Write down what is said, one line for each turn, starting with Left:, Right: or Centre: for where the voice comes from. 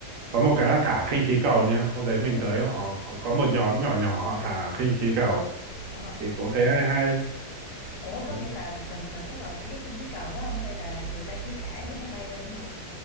Right: có một cái là thả khinh khí cầu nhá hôm đấy mình
Left: Ủa?
Right: tới họ, họ có một nhóm nhỏ nhỏ họ thả khinh khí cầu
Left: Ờ, ờ, ờ.
Right: thì cũng thấy hay
Left: Ủa, có
Right: hay
Left: nghĩa là mình mình có ngồi trên cái khinh khí cầu đó không? hay là người ta chỉ thả cho nó bay lên thôi?